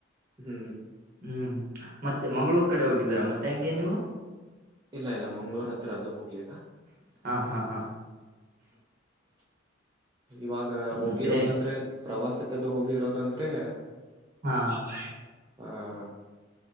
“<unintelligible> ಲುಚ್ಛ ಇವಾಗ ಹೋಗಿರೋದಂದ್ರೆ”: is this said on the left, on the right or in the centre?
Right